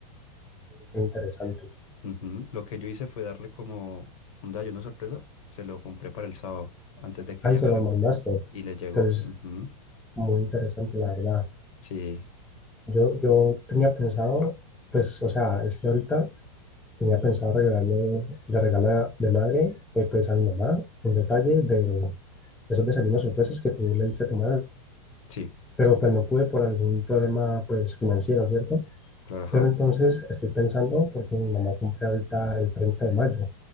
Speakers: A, in the centre; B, on the left (about 60°).
A: qué interesante.
B: Ujú. Lo que yo hice fue darle como un desayuno sorpresa, se lo compré para el sábado, antes de que
A: Ahí
B: viajaran.
A: se los mandaste.
B: Y le llegó.
A: Entonces,
B: ujú.
A: muy interesante, la verdad.
B: Sí,
A: Yo, yo tenía pensado, pues, o sea, es que ahorita tenía pensado regalarle, de regalo de madre, eh, pues a mi mamá, un detalle de esos desayunos sorpresas que tú le diste a tu madre.
B: sí,
A: Pero pues no pude por algún problema, pues, financiero, ¿cierto?
B: claro, ajá.
A: Pero entonces estoy pensando, porque mi mamá cumple ahorita el treinta de mayo,